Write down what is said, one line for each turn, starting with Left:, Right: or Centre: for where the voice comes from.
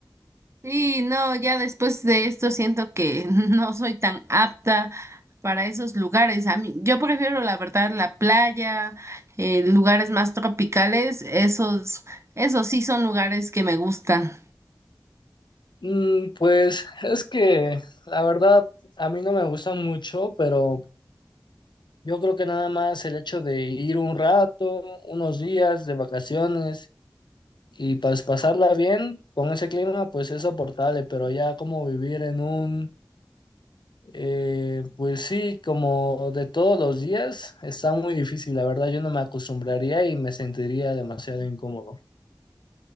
Right: Sí, no, ya después de esto siento que <laughs> no soy tan apta para esos lugares. A mí, yo prefiero la verdad la playa, eh, lugares más tropicales, esos, esos sí son lugares que me gustan.
Left: Mm, pues es que la verdad a mí no me gusta mucho, pero yo creo que nada más el hecho de ir un rato, unos días de vacaciones Y pues pasarla bien con ese clima, pues es soportable, pero ya como vivir en un, eh, pues sí, como de todos los días, está muy difícil. La verdad, yo no me acostumbraría y me sentiría demasiado incómodo.